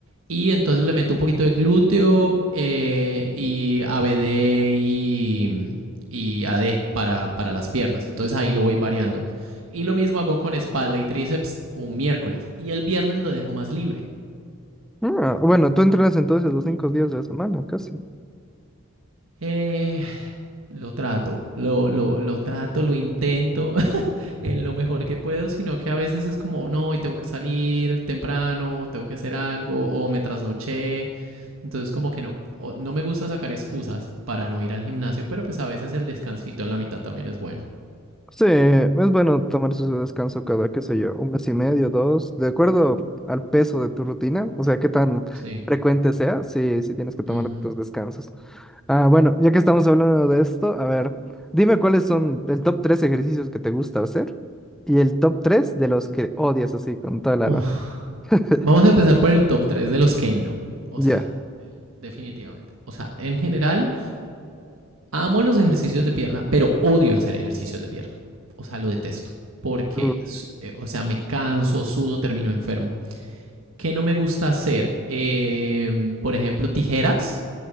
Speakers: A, on the right; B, in the centre.
A: Y entonces le meto un poquito de glúteo eh, y ABD y, y AD para, para las piernas. Entonces ahí lo voy variando. Y lo mismo hago con espalda y tríceps un miércoles. Y el viernes lo dejo más libre.
B: ah, bueno, tú entrenas entonces los cinco días de la semana, casi.
A: Eh, lo trato, lo, lo, lo trato, lo intento. en lo mejor que puedo, sino que a veces es como, no, hoy tengo que salir temprano, tengo que hacer algo, o me trasnoché. Entonces, como que no, no me gusta sacar excusas para no ir al gimnasio, pero pues a veces el descansito en la mitad también es bueno.
B: Sí, es bueno tomar su descanso cada, qué sé yo, un mes y medio, dos, de acuerdo al peso de tu rutina, o sea, qué tan
A: Sí.
B: frecuente sea, sí, sí tienes que tomar
A: Ujú.
B: tus descansos. Ah, bueno, ya que estamos hablando de esto, a ver, dime cuáles son el top tres ejercicios que te gusta hacer y el top tres de los que odias así con toda la
A: Uf.
B: alma. <laughs>
A: Vamos a empezar por el top 3 de los que no. O
B: Ya.
A: sea, definitivamente. O sea, en general, amo los ejercicios de pierna, pero odio hacer ejercicios de pierna. O sea, lo detesto. Porque,
B: Uh,
A: eh, o sea, me canso, sudo, termino enfermo. que no me gusta hacer? Eh, por ejemplo, tijeras